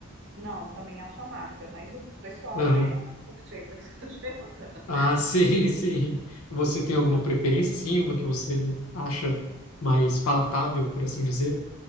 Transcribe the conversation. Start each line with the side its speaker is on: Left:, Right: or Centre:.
Right: Não, também acho amarga, mas o pessoal,
Left: Ah,
Right: né, curte aí, por isso que eu tô te <laughs> perguntando.
Left: ah, <laughs> sim, sim. Você tem alguma preferência? Sim, uma que você acha mais palatável, por assim dizer?